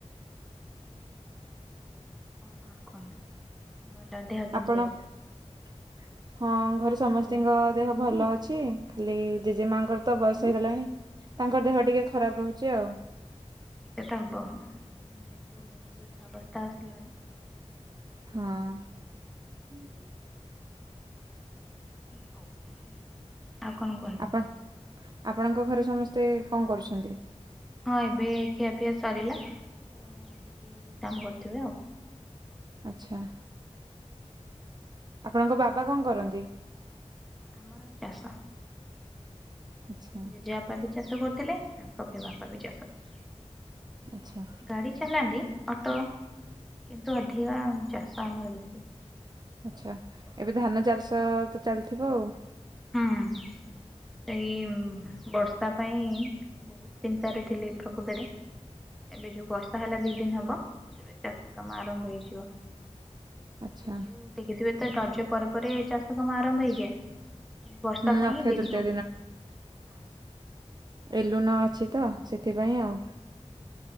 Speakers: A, in the centre; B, on the right.
A: ଆଉ କଣ କୁହନ୍ତୁ ଭଲ ଦେହ କେମିତି
B: ଆପଣ
A: ଅଛି? ଆପଣଙ୍କର?
B: <unintelligible> ହଁ ଘରେ ସମସ୍ତିଙ୍କ ଦେହ ଭଲ ଅଛି, ଖାଲି ଜେଜେମାଙ୍କର ତ ବୟସ ହେଇଗଲାଣି। ତାଙ୍କ ଦେହ ଟିକେ ଖରାପ ରହୁଛି ଆଉ।
A: ଏଟା ତ ହବ, ଯେହେତୁ ବୃଦ୍ଧ ଅବସ୍ଥା ଆସିଲାଣି।
B: ହଁ <unintelligible>
A: ହଉ ତାହେଲେ ଆଉ କଣ କହିବୁ?
B: ଆପଣ ଆପଣଙ୍କ ଘରେ ସମସ୍ତେ କଣ କରୁଛନ୍ତି?
A: ହଁ ଏବେ ଖିଆପିଆ ସରିଲା ତ ଟିକେ କାମ କରୁଥିବେ ଆଉ।
B: ଆଚ୍ଛା। ଆପଣଙ୍କ ବାବା କଣ କରନ୍ତି?
A: ଆମର ଚାଷ,
B: ଆଚ୍ଛା
A: ଜେଜେବା ବାପା ବି ଚାଷ କରୁଥିଲେ ତାଙ୍କ ପରେ ବାପା ବି ଚାଷ କରୁଥିଲେ,
B: ଆଚ୍ଛା
A: ଗାଡି ଚଲାନ୍ତି ଅଟୋ କିନ୍ତୁ ଅଧିକା ଚାଷ ଆମର ବେଶୀ।
B: ଆଚ୍ଛା ଏବେ ଧାନ ଚାଷ ତ ଚାଲିଥିବ ଆଉ।
A: ହୁଁ ଏଇ ବର୍ଷା ପାଇଁ ବହୁତ ଚିନ୍ତାରେ ଥିଲେ ପ୍ରକୃତରେ। ଏବେ ଯୋଉ ବର୍ଷା ହେଲା ଦି ଦିନ ହେବ ତେବେ ଚାଷ କାମ ଆରମ୍ଭ ହେଇଯିବ।
B: ଆଚ୍ଛା
A: କିନ୍ତୁ ଦେଖିଥିବେ ତ ରଜ ପରେ ପରେ ଚାଷ କାମ ଆରମ୍ଭ ହେଇଯାଏ। ବର୍ଷା
B: ହୁଁ
A: ପାଇଁ
B: ଅକ୍ଷୟ
A: ଡେରି
B: ତୃତୀୟ
A: ହଉଥିଲା। ହଁ।
B: ସେଲୁନ ଅଛି ତ ସେଥିପାଇଁ ଆଉ।